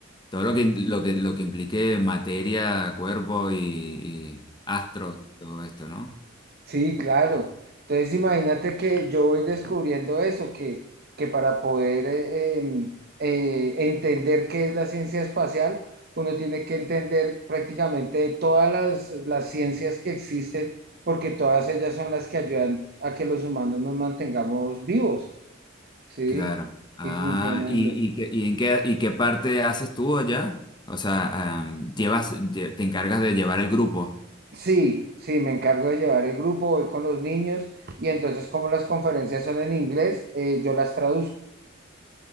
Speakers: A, on the left; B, on the right.
A: todo lo que, lo que, lo que implique materia, cuerpo y, y astros y todo esto, ¿no?
B: Sí, claro. Entonces imagínate que yo voy descubriendo eso, que, que para poder eh, em, eh, entender qué es la ciencia espacial, uno tiene que entender prácticamente todas las, las ciencias que existen, porque todas ellas son las que ayudan a que los humanos nos mantengamos vivos, ¿sí?
A: Claro. Ah,
B: Y funcionando.
A: ¿y, y, qué- y en qué, y qué parte haces tú allá? O sea, am, llevas, lle- te encargas de llevar el grupo.
B: Sí, sí, me encargo de llevar el grupo, voy con los niños y entonces como las conferencias son en inglés, eh, yo las traduzco.